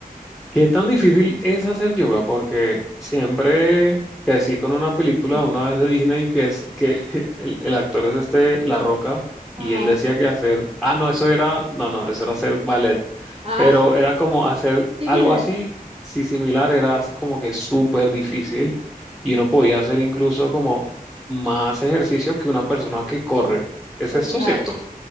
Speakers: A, in the centre; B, on the right.
A: ¿Qué tan difícil es hacer yoga? Porque siempre crecí con una película
B: <laughs>
A: una vez de Disney que es que <laughs> el, el actor es este La Roca y
B: Ajá.
A: él decía que hacer, ah, no, eso era, no, no, eso era hacer ballet,
B: Ah,
A: pero era como hacer
B: similar,
A: algo así, si similar, era como que súper difícil y uno podía hacer incluso como más ejercicio que una persona que corre. ¿Es
B: total.
A: esto cierto?